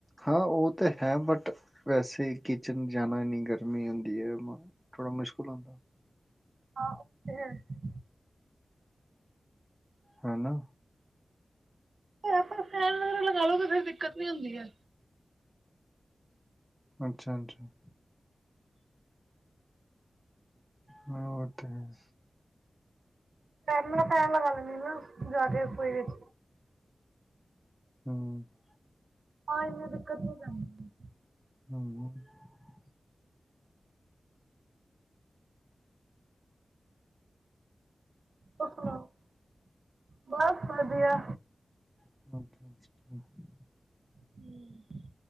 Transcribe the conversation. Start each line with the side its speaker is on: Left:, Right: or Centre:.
Centre: ਹਾਂ ਉਹ ਤੇ ਹੈ ਬਟ ਵੈਸੇ ਕਿਚਨ ਜਾਣਾ ਇੰਨੀ ਗਰਮੀ ਹੁੰਦੀ ਹੈ ਥੋੜਾ ਮੁਸ਼ਕਿਲ ਹੁੰਦਾ।
Right: <unintelligible>
Centre: ਹਨਾ।
Right: ਫਿਰ ਆਪਾਂ ਫੈਨ ਵਗੈਰਾ ਲਗਾਾਲੋ ਤਾਂ ਫੇਰ ਦਿੱਕਤ ਨੀ ਹੁੰਦੀ ਐ।
Centre: ਅੱਛਾ- ਅੱਛਾ। ਹਾਂ ਉਹ ਤਾਂ ਹੈ।
Right: ਪਰ ਨਾ ਮੈ ਫੈਨ, ਲਗਾ ਲੈਣੀ ਆ ਜਾ ਕੇ ਰਸੋਈ ਵਿੱਚ।
Centre: <unintelligible>
Right: ਆਹ ਇੰਨੀ ਦਿੱਕਤ ਹੋ ਜਾਂਦੀ ਆ।
Centre: <unintelligible>
Right: ਤੇ ਸੁਣਾਓ ਬਸ ਵਧੀਆ।
Centre: <unintelligible>
Right: <unintelligible>